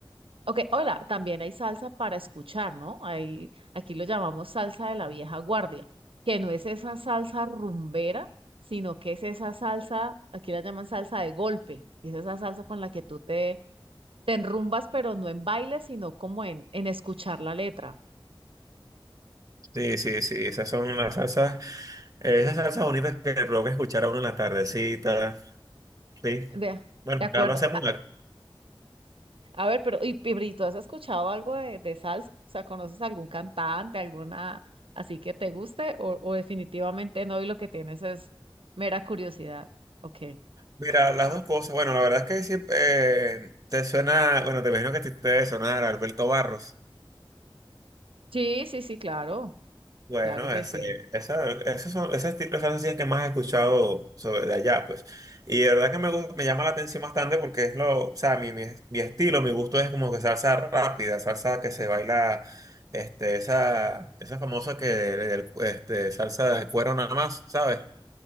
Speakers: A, on the right (about 80°); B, on the right (about 40°).
A: Ok, hola, también hay salsa para escuchar, ¿no? Hay, aquí lo llamamos salsa de la vieja guardia, que no es esa salsa rumbera, sino que es esa salsa, aquí la llaman salsa de golpe, y es esa salsa con la que tú te, te enrumbas, pero no en baile, sino como en, en escuchar la letra.
B: Sí, sí, sí, esas son las salsas, eh, esas salsas bonitas que le provoca escuchar a uno en la tardecita, sí.
A: Vea,
B: Bueno,
A: de acuerdo.
B: ya lo hacemos.
A: A,
B: la-
A: a ver, pero, y, y Bri, ¿tú has escuchado algo de, de salsa? O sea, ¿conoces algún cantante, alguna así que te guste? O, o definitivamente no, y lo que tienes es mera curiosidad. Ok.
B: Mira, las dos cosas, bueno, la verdad es que siempre eh, te suena, bueno, te imagino que a ti te debe sonar Alberto Barros.
A: Sí, sí, sí, claro,
B: Bueno,
A: claro que
B: ese,
A: sí.
B: esa, esos son, ese estilo de salsa sí es que más he escuchado sobre de allá, pues. Y de verdad que me, gu- me llama la atención bastante porque es lo, o sea, mi, mi, mi estilo, mi gusto es como que salsa rápida, salsa que se baila, este, esa, esa famosa que, del- este, salsa de cuero nada más, ¿sabes?